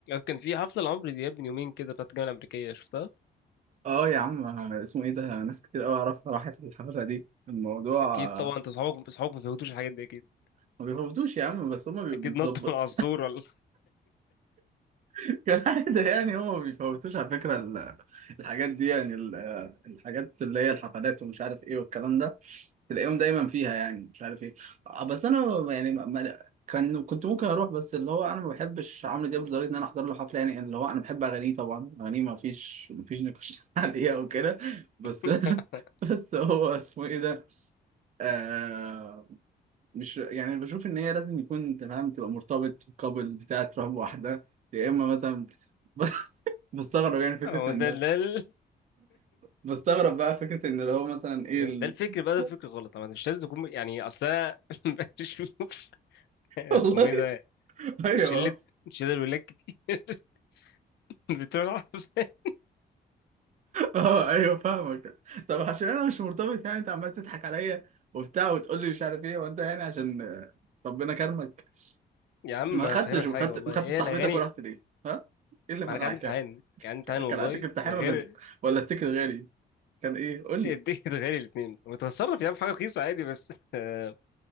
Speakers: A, on the left; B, on the right.
A: كان في حفله لعمرو دياب من يومين كده بتاعت الجامعه الامريكيه شفتها
B: اه يا عم اسمه ايه ده ناس كتير قوي اعرفها راحت الحفله دي الموضوع
A: اكيد طبعا
B: آه،
A: انت اصحابك اصحابك ما فهمتوش الحاجات دي اكيد
B: ما بيفوتوش يا عم بس هما بيبقوا
A: اكيد
B: بنتظبط
A: نط من على السور ولا
B: <laughs> كالعاده يعني هما ما بيفوتوش على فكره ال- الحاجات دي يعني ال- آه، الحاجات اللي هي الحفلات ومش عارف ايه والكلام ده تلاقيهم دايما فيها يعني مش عارف ايه آه، بس انا يعني ما ما- كان كنت ممكن اروح بس اللي هو انا ما بحبش عمرو دياب لدرجه ان انا احضر له حفله يعني اللي هو انا بحب اغانيه طبعا اغانيه ما فيش ما فيش نقاش <laughs> عليها وكده بس
A: <laughs>
B: <laughs> بس هو اسمه ايه ده آه مش يعني بشوف ان هي لازم يكون انت فاهم تبقى مرتبط قبل بتاع تروح بواحده يا اما مثلا <laughs> بستغرب يعني فكره
A: هو
B: ان
A: ده ده ال-
B: بستغرب بقى فكره ان لو مثلا ايه
A: ده
B: ال...
A: الفكر بقى ده
B: <laughs>
A: الفكر غلط انا مش لازم يكون يعني اصل أنا <laughs> بشوف اسمه
B: والله
A: ايه ده
B: ايوه
A: شله شله الولاد كتير <laughs> بتوع الحفلات.
B: اه ايوه فاهمك طب عشان انا مش مرتبط يعني انت عمال تضحك عليا وبتاع وتقول لي مش عارف ايه وانت يعني عشان آه، ربنا كرمك
A: يا عم
B: ما
A: انا
B: خدتش
A: فاهمك
B: وخدت
A: حاجه والله
B: ما خدتش
A: هي
B: صاحبتك
A: الاغاني
B: ورحت ليه ها ايه اللي منعك
A: ما انا كان عندي امتحان
B: يعني
A: كان عندي امتحان
B: كان
A: والله
B: عليك امتحان
A: وغير
B: ولا ولا التيكت غالي كان ايه قول
A: التيكت
B: لي
A: غالي الاثنين وتتصرف يا عم في حاجه رخيصه عادي بس <laughs> آه،